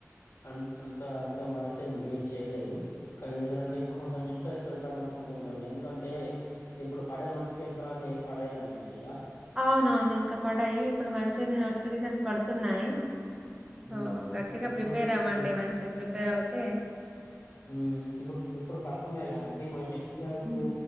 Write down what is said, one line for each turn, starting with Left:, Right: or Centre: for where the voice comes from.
Left: అంతంత అంత మర్క్స్ ఎం గెన్ చేయ్లేదు కానేంటిదంటే ఇప్పుడ్ కొంచం ఇంట్రెస్ట్ పెడ్దాం అనుకుంటున్నాన్ ఎందుకంటే ఇప్పుడ్ పడే నోటిఫికేషన్ తర్వాత ఎ పడయండి మండిగా
Right: అవునవును ఇంకా పడాయ్ ఇప్పుడు మంచిగ్నే నోటిఫికేషన్స్ పడ్తున్నాయ్
Left: ఉమ్
Right: ఆ గట్టిగా
Left: ఇప్ ఇప్పుడు
Right: ప్రిపేర్ అవ్వండి
Left: ఈ
Right: మంచిగా ప్రిపేర్ అవ్తే
Left: ఉమ్ ఇప్పుడ్ ఇప్పుడు పడ్తున్నాయ్ కదండి మర్ నెక్స్ట్ ఇయర్ ఇప్పుడు
Right: ఉమ్.